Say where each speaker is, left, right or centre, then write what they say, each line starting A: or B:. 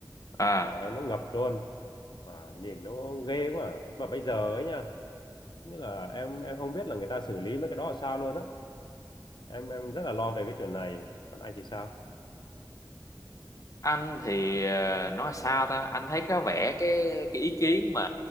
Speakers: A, on the left; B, on the left.
A: À,
B: trời ơi nó ngập luôn mà nhìn nó ghê quá à. mà bây giờ ấy nha Nghĩa là em em không biết là người ta xử lý mấy cái đó là sao luôn á. Em em rất là lo về cái chuyện này. Còn anh thì sao?
A: anh thì ờ, nói sao ta? Anh thấy có vẻ cái cái ý kiến mà